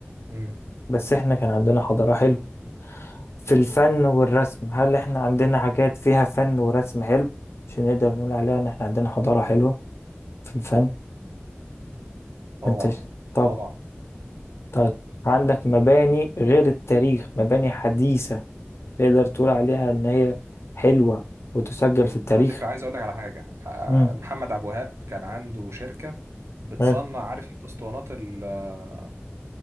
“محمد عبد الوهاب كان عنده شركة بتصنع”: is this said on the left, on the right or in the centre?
Right